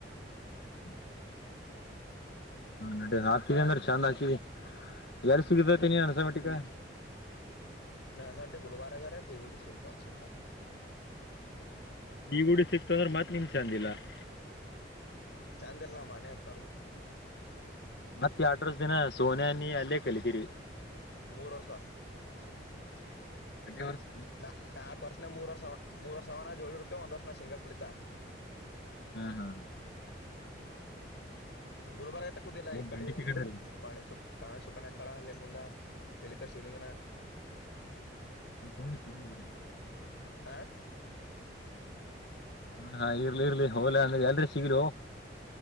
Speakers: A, on the left (about 60°); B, on the left (about 75°).
A: ಹ್ಮ <inaudible> ಹಾ ನಡಡಿ ಹಾಕಿದೆ
B: ಮತ್ತ
A: ಅಂದ್ರೆ ಚೆಂದ್ ಹಾಕಿದಿ ಎಾರಿ ಸಿಗತತನಿ
B: ಹ್ಮ್
A: ಅನ್ಸಮಟಿಕ <inaudible> ಹ <inaudible>
B: ಹ ಸ ಗುರುವಬಾರಾಘರ ಭೇಗುಡಿ ಶೇಪ ಸವತ <inaudible>
A: ಈ ಗುಡಿ ಸಿಕ್ತ ಅಂದ್ರೆ ಮತ್ ನಿಮ್ ಚೆಂದಿಲ್ಲ <inaudible>
B: ಚಾಂದ ಎಲ್ಲ ಮನ ಇರ್ತನ್ಲ್ಲ <inaudible>
A: ಮತ್ತೆ ಅಡ್ರಸ್ ದಿನ ಸೋನಿಯ ನೀಿ ಅಲ್ಲೇ ಕಲಿತೀರಿ <inaudible>
B: ಮೂರು ವರ್ಷ <inaudible>
A: ಅರ್ಷ <inaudible>
B: ನಾ ನಾಕಕ್ ವರ್ಷನ ಮೂರ್ವರ್ಷ ಮೂರ್ವರ್ ಸಾವ ಜೋಡಿ ಇರ್ತೇ ಒಂದ್ ವರ್ಷ ಸಿಂಗ ಕಲಿತಾ <inaudible>
A: ಹ್ಮ್ ಹಾ್ ಹಾ <unintelligible>
B: ಗುಲ್ಬಾರಯ ಕುೂುದಲ್ಲ
A: ಏನ್
B: ಇಕಡೆ
A: ಬೆಂಡಿಕೆ ಕಡೆ
B: ಪಾಣ ಚು <inaudible> ಕಾಣ ಶುಕನ ಕಳ ಅಲ್ಲಿ ಮುಂದ ಶಲಕ ಶಿವಲಿಂಗನ <inaudible>
A: ಕೋಡ್ ಶುರುರಿ <inaudible>
B: ಆ <inaudible>
A: ಹ್ಮ ಹಾ ಇರ್ಲಿ ಇರ್ಲಿ ಹೋಲಾ ಅಂದ್ರೆ ಎಲ್ ಸಿಗರು <inaudible>